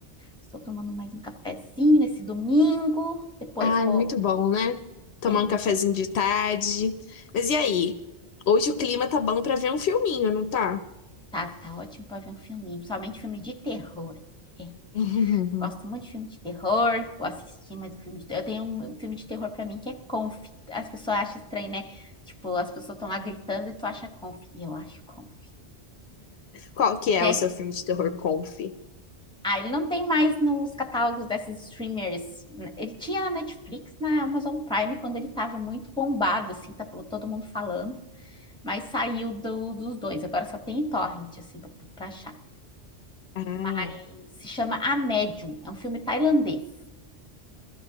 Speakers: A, in the centre; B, on the left.
A: Estou tomando mais um cafezinho nesse domingo. Depois
B: Ai,
A: vou.
B: muito bom, né? Tomar
A: É
B: um
A: muito.
B: cafezinho de tarde. Mas e aí? Hoje o clima tá bom pra ver um filminho, não tá?
A: Tá, tá ótimo para ver um filminho, principalmente filme de terror. É,
B: <laughs>
A: gosto muito de filme de terror. Vou assistir mais um filme de terror. Eu tenho um filme de terror para mim que é Conf. As pessoas acham estranho, né? Tipo, as pessoas estão lá gritando e tu acha Conf. E eu acho Conf.
B: Qual que é
A: Tem
B: o seu filme de terror conf?
A: Ah, ele não tem mais nos catálogos desses streamers. Ele tinha na Netflix, na Amazon Prime, quando ele estava muito bombado, assim, tá todo mundo falando, mas saiu do- dos dois. Agora só tem em torrent, assim, pra, pra achar.
B: Ah,
A: Mas se chama A Medium, é um filme tailandês.